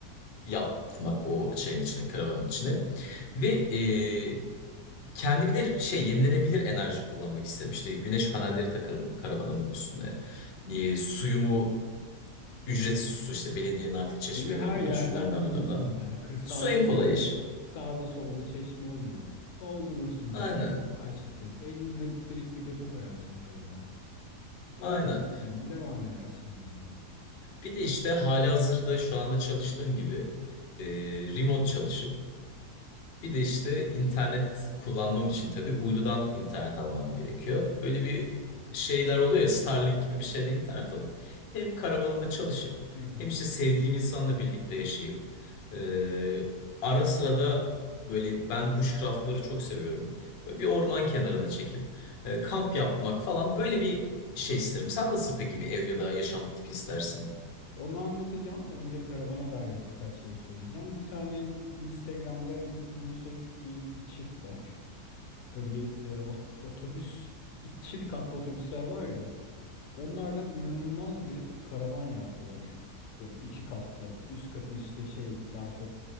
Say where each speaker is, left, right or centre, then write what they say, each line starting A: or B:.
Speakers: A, on the left; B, on the left.
A: yapmak o şeyin içine karavanın içine.
B: Hı hı.
A: Ve e, kendi bir de şey yenilenebilir enerji kullanmak isterim. İşte güneş panelleri takarım karavanımın üstüne. Ee, suyumu ücretsiz su işte belediyenin artık
B: Suyu
A: çeşmelerinden,
B: her yerden
A: şunlarından
B: bulursun.
A: bunlardan.
B: Yani kırsalda
A: Su en kolay
B: böyle
A: iş.
B: sağda solda çeşme oluyor. Doldurursun
A: Aynen.
B: depo. Kaç litresi? 50 litrelik bir depo koyarsın o karavana. Doldurursun
A: Aynen.
B: onu. Devam edersin yoluna.
A: Bir de işte halihazırda şu anda çalıştığım gibi e, remote çalışıp Bir de işte internet kullanmam için tabii uydudan internet almam gerekiyor. Böyle bir şeyler oluyor ya Starlink gibi bir şeyde internet alıp hem karavanımda çalışıp
B: Hı hı.
A: hem işte sevdiğim insanla birlikte yaşayıp e, ara sıra da böyle ben bushcraftları çok seviyorum. Böyle bir orman kenarına çekip e, kamp yapmak falan böyle bir şey isterim. Sen nasıl peki bir ev ya da yaşam tipi istersin?
B: Onu anlatacağım. Önce karavana dair birkaç şey söyleyeceğim. Bir tane Instagram'da influencer bir çift var. Böyle bir e, ot- otobüs çift katlı otobüsler var ya. Onlardan inanılmaz bir karavan yaptılar. Böyle iki katlı. Üst katı işte şey daha çok